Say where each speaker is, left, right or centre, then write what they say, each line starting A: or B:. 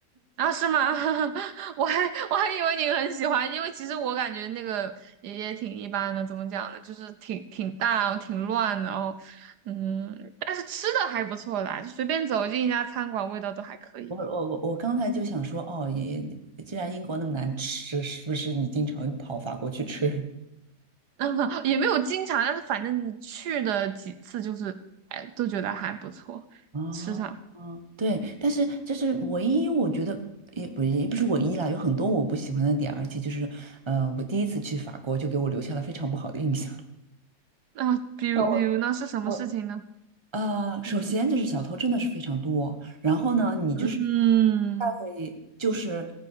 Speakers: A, on the right; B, on the right.
A: 啊，是吗？<laughs> 我还我还以为你很喜欢，因为其实我感觉那个也也挺一般的，怎么讲呢？就是挺挺大，然后挺乱的，然后嗯，但是吃的还不错啦，就随便走进一家餐馆，味道都还可以，
B: 我我我我刚才就想说，哦，也既然英国那么难吃，是不是你经常跑法国去吃？
A: <laughs> 也没有经常，但是反正去的几次就是，哎，都觉得还不错，
B: <laughs> 哦，
A: 吃上。
B: 对，但是这是唯一，我觉得也不也不是唯一啦，有很多我不喜欢的点，而且就是，呃，我第一次去法国就给我留下了非常不好的印象。
A: 那、比如比如呢，
B: 然后我
A: 是什么事情呢？
B: 我呃，首先就是小偷真的是非常多，然后呢，你就是
A: 嗯，
B: 在就是